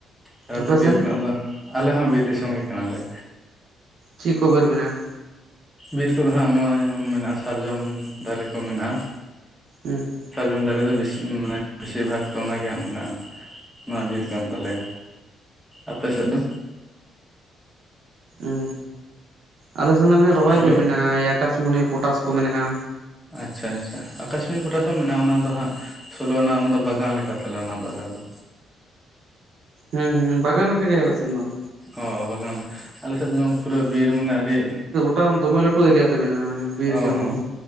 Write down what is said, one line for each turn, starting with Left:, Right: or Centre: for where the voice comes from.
Centre: ᱦᱟᱨᱟ
Right: ᱟᱯᱮ
Centre: ᱛᱚ ᱵᱤᱨ
Right: ᱥᱮᱱ
Centre: ᱠᱷᱚᱱᱟᱜ ᱫᱚ᱾ ᱟᱞᱮ ᱦᱚᱸ ᱵᱤᱨ ᱫᱤᱥᱚᱢ ᱜᱮ ᱠᱟᱱᱟ ᱞᱮ᱾
Right: ᱪᱤᱜ ᱠᱚ ᱵᱤᱨ ᱢᱮᱱᱟᱜᱼᱟ?
Centre: ᱵᱤᱨ ᱠᱚᱫᱚ ᱦᱟᱸᱜ ᱱᱚᱜᱼᱚᱭ ᱡᱮᱢᱚᱱ ᱢᱮᱱᱟᱜᱼᱟ ᱥᱟᱨᱡᱚᱢ ᱫᱟᱨᱮ ᱠᱚ ᱢᱮᱱᱟᱜᱼᱟ᱾
Right: ᱩᱸ᱾
Centre: ᱥᱟᱨᱡᱚᱢ ᱫᱟᱨᱮ ᱫᱚ ᱵᱮᱥᱤ ᱢᱟᱱᱮ ᱵᱮᱥᱤᱨ ᱵᱷᱟᱠ ᱛᱚ ᱚᱱᱟᱜᱮ ᱦᱟᱸᱜ ᱢᱮᱱᱟᱜᱼᱟ᱾ ᱱᱚᱣᱟ ᱵᱤᱨ ᱠᱟᱱ ᱛᱟᱞᱮᱭᱟ, ᱟᱯᱮ ᱥᱮᱜ ᱫᱚ?
Right: ᱩᱸ ᱟᱞᱮ ᱥᱮᱱ ᱫᱚ ᱢᱟᱱᱮ ᱨᱚᱦᱚᱭ
Centre: ᱦᱮᱞᱳ
Right: ᱵᱤᱨ ᱢᱮᱱᱟᱜᱼᱟ ᱟᱭᱟᱠᱟᱥᱢᱚᱱᱤ ᱯᱚᱴᱟᱥ ᱠᱚ ᱢᱮᱱᱟᱜᱼᱟ᱾
Centre: ᱟᱪᱪᱷᱟ, ᱟᱪᱪᱷᱟ, ᱟᱠᱟᱥᱢᱚᱱᱤ ᱯᱚᱴᱟᱥ ᱦᱚᱸ ᱢᱮᱱᱟᱜᱼᱟ ᱚᱱᱟ ᱫᱚ ᱦᱟᱸᱜ ᱥᱳᱞᱳ ᱟᱱᱟᱜ ᱚᱱᱟ ᱫᱚ ᱵᱟᱜᱟᱱ ᱞᱮᱠᱟ ᱛᱟᱞᱮ ᱚᱱᱟ ᱫᱚ ᱟᱞᱮ ᱫᱚ᱾
Right: ᱦᱩᱸ, ᱦᱩᱸ, ᱵᱟᱜᱟᱱ ᱞᱮᱠᱟ ᱜᱮ ᱟᱞᱮ ᱥᱮᱱ ᱚᱸ᱾
Centre: ᱚ ᱵᱟᱜᱟᱱ, ᱟᱞᱮ ᱥᱮᱫ ᱫᱚ ᱯᱩᱨᱟᱹ ᱵᱤᱨ ᱢᱟᱱᱮ ᱟᱹᱰᱤ
Right: ᱴᱟᱣᱚᱱ ᱫᱚᱢᱮ ᱞᱟᱹᱴᱩ ᱮᱨᱤᱭᱟ ᱛᱮ ᱢᱮᱱᱟᱜᱼᱟ᱾ ᱵᱤᱨ
Centre: ᱚ-ᱚ᱾
Right: ᱜᱮ ᱚᱱᱟ ᱫᱚ